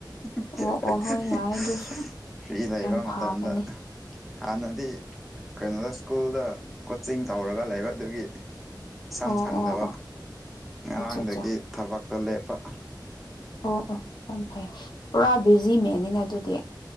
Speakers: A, in the centre; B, on the left (about 70°).
A: <unintelligible>
B: ꯑꯣ ꯑꯣ ꯍꯣꯏ ꯌꯥꯏ ꯑꯗꯨꯁꯨ
A: <unintelligible> ꯐ꯭ꯔꯤ ꯂꯩꯕ
B: ꯌꯥꯝ ꯐꯕꯅꯦ
A: ꯃꯇꯝꯗ ꯍꯥꯟꯅꯗꯤ ꯀꯩꯅꯣꯗ ꯁ꯭ꯀꯨꯜꯗ ꯀꯣꯆꯤꯡ ꯇꯧꯔꯒ ꯂꯩꯕ ꯑꯗꯨꯒꯤ ꯏꯁꯪ
B: ꯑꯣ
A: ꯁꯪꯗꯕ
B: ꯑꯣ ꯑꯣ
A: ꯉꯔꯥꯡꯗꯩꯗꯤ
B: ꯑꯠꯆꯥ ꯑꯠꯆꯥ
A: ꯊꯕꯛꯇꯣ ꯂꯦꯞꯄ
B: ꯑꯣ ꯑꯣ ꯌꯥꯝ ꯐꯩ ꯄꯨꯔꯥ ꯕꯤꯖꯤꯃꯦꯟꯅꯤꯅꯦ ꯑꯗꯨꯗꯤ